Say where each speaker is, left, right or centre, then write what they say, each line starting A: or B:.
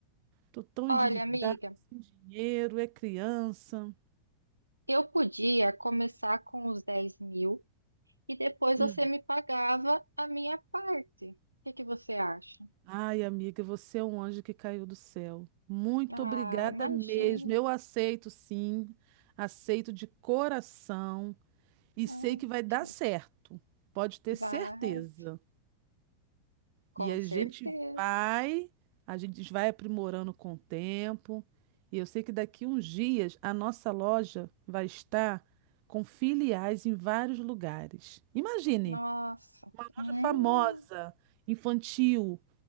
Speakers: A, on the right (about 45°); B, on the right (about 85°).
A: Tô tão
B: olha,
A: endividada,
B: amiga,
A: sem dinheiro, é criança.
B: eu podia começar com os dez mil e depois
A: Hum.
B: você me pagava a minha parte. O que que você acha?
A: Ai, amiga, você é um anjo que caiu do céu. Muito
B: Ah,
A: obrigada
B: imagina.
A: mesmo. Eu aceito, sim. Aceito de coração. e
B: Ah,
A: sei que vai dar
B: que legal.
A: certo. Pode ter
B: Vai,
A: certeza.
B: com
A: E a
B: certeza.
A: gente vai, a gente vai aprimorando com o tempo. E eu sei que daqui uns dias a nossa loja vai estar com filiais em vários lugares. Imagine,
B: Nossa.
A: uma loja
B: Hum,
A: famosa, infantil,